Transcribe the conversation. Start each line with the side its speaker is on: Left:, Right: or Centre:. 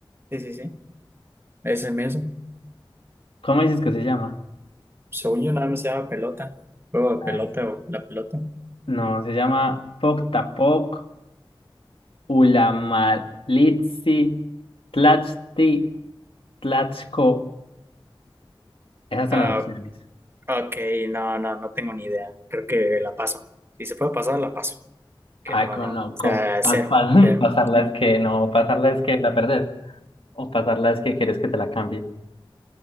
Right: Sí, sí, sí. Ese mismo.
Left: ¿Cómo dices que se llama?
Right: Según yo, nada más se llama pelota. Juego de
Left: Ah,
Right: pelota o la pelota.
Left: No, se llama Poktapoc, Ulamalitsi, Tlachti, Tlachco. Esas son
Right: Ah,
Left: las opciones.
Right: ok, no, no, no tengo ni idea. Creo que la paso. Si se puede pasar, la paso. Que
Left: Ay,
Right: no,
Left: conozco.
Right: no. O sea,
Left: pas-
Right: cero,
Left: pas- <laughs>
Right: cero.
Left: pasarla es que no, pasarla es que la perdés. O pasarla es que querés que te la cambie.